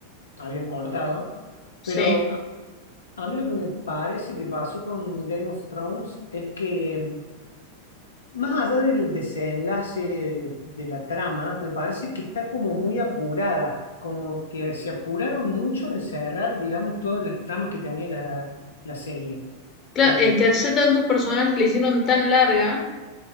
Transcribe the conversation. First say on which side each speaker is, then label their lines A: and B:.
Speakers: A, on the left (about 70°); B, on the left (about 30°).
A: habían cortado, pero...
B: Sí.
A: A, a mí lo que me parece que pasó con Game of Thrones es que más allá del desenlace de la trama, me parece que está como muy apurada, como que se apuraron mucho en cerrar, digamos, todas las tramas que tenía la, la serie.
B: Claro,
A: Eh,
B: es que hace tantos personajes le hicieron tan larga